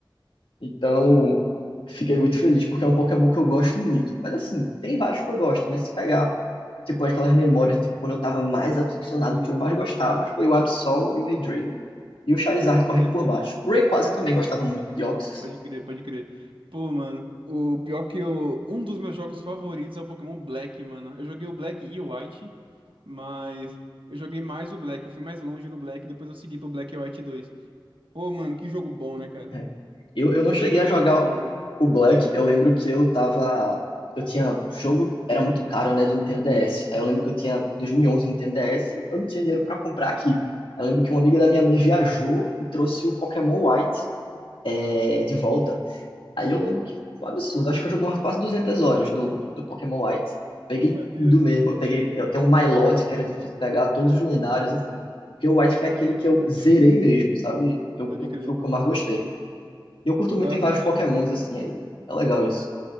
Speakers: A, on the left; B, on the right.
A: Então, fiquei muito feliz, porque é um Pokémon que eu gosto muito. Mas assim, tem vários que eu gosto, mas se pegar, tipo, aquelas memórias de quando eu tava mais aficionado, que eu mais gostava, foi o Absol e o Heydragon, e o Charizard
B: pode crer,
A: correndo por baixo. O Rayquaza eu também gostava muito de Oxys.
B: pode crer, pode crer. Pô, mano, o pior que eu. Um dos meus jogos favoritos é o Pokémon Black, mano. Eu joguei o Black e o White, mas eu joguei mais o Black. Eu fui mais longe no Black, depois eu segui pro Black e White dois. Pô, mano, que jogo bom, né, cara?
A: né? Eu, eu não
B: Que
A: cheguei
B: jogo
A: a jogar
B: absurdo.
A: o Black, eu lembro que eu tava. Eu tinha. O jogo era muito caro, né, do Nintendo DS. Aí eu lembro que eu tinha 2011 Nintendo DS e eu não tinha dinheiro pra comprar aqui. Eu lembro que uma amiga da minha mãe viajou e trouxe o Pokémon White é, de volta. Aí eu lembro que foi um absurdo. Acho que eu joguei umas quase 200 horas do, do Pokémon White. Peguei
B: Que maneiro,
A: tudo mesmo.
B: mano.
A: Eu peguei até o Milotic, que era difícil pegar, todos os lendários, assim. Porque o White foi aquele que eu zerei mesmo, sabe? Eu,
B: Pode
A: eu,
B: crer.
A: foi o que eu mais gostei. E eu curto muito,
B: Nossa,
A: tem vários Pokémons assim, aí é legal isso.